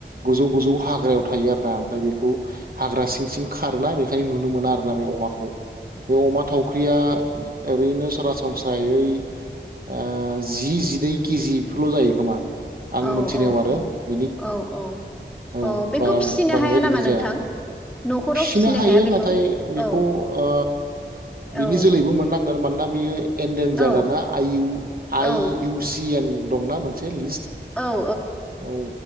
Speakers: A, on the right (about 50°); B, in the centre.
A: गोजौ गोजौ हाग्रायाव थायो आरो ना ओमफ्राय बे खौ हाग्रा सिं सिं खारोना बेख खाय नुनो मोना आरोना बे अमाखौ बे अमा थावख्रिया ओरैनो सरासनस्रायै ओ जि जिनै केजिब फुल' जायो खोमा। आं
B: औ
A: मोनथिनायाव आरो ।
B: औ औ।
A: औ
B: बेखौ
A: बारा
B: फिसिनो
A: बांद्राय
B: हाया
A: गिदिर
B: नामा नोंथां
A: जाया
B: न'खराव
A: फिसिनो हायो।
B: हाया बेखौ
A: नाथाय बेखौ
B: औ
A: ओ बिनि
B: औ
A: जोलैबो मोननांगोन मानोना बियो एनडेनजार
B: औ
A: ना आइ इउ आइ
B: औ
A: इउ सि एन दं ना मोनसे लिस्ट
B: औ
A: औ।